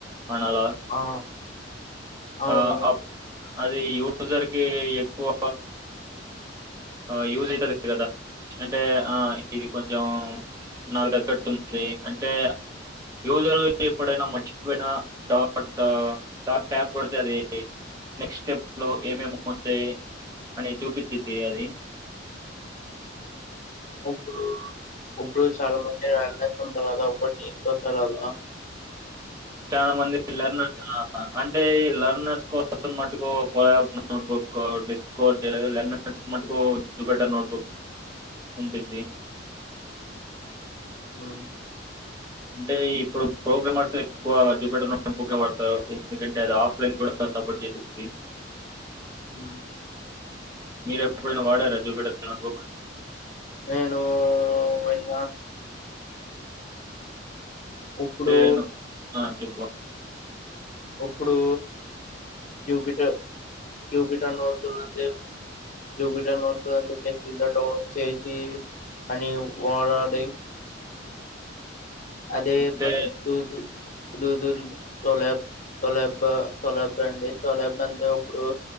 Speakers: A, on the right (about 20°); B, on the left (about 40°).
A: అనాల
B: ఆ, అవును
A: ఆ అప్ అది యూజర్ కి ఎక్కువ ఆ యూజైతది గదా అంటే ఆ ఇది కొంచెం నాక్ దగ్గట్టుంది అంటే యూజరు ఎప్పుడైనా మచ్చిపోయిన డాట్ ట్ స్టాప్ పడతఅది నెక్స్టెప్ ట్లో ఏమేం వొస్తయి అని చూపిచ్చింది అది
B: <inaudible> <unintelligible> చాలా మంది <unintelligible> ఒకటి తీసుకొస్తరదా
A: చానా మంది పిలర్ <unintelligible> స్రా అంటే ఈ లెర్నర్స్ కోసం మట్కు ఒక నోట్బుక్ డిస్కర్ చేయలేదు లెర్నర్ మట్కు చ బట నోడ్బ ఉండ్డిద్ది
B: ఉమ్
A: అంటే ఇప్పుడు ప్రోగ్రామర్స్ ఎక్కువ జూపిటర్ నోట్బుక్కేవడ్తతారు ఎందుకంటే అది ఆఫ్లైన్ కూడా సపోర్ట్ జేఫిఫ్టీ
B: అ
A: మీరు ఎప్పుడైనా వాడారా జుపిటర్ నోట్ బుక్
B: నేను వన్ ఇప్పుడు
A: తేను ఆ చెప్ప
B: ఉప్పుడు Jupyter Jupiter <unintelligible> Jupiter note book <unintelligible> develop చేసి అని వారడీ అదే
A: అంటే
B: ప దూదు దూదుర్ తొలబ్ తొలబా తొలబా అండి తొలబ అంటే ఇప్పుడు